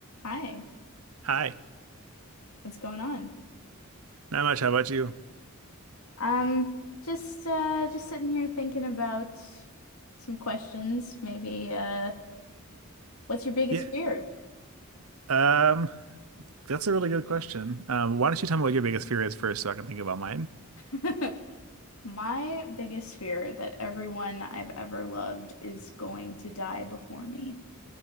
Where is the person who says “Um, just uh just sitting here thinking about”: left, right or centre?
Left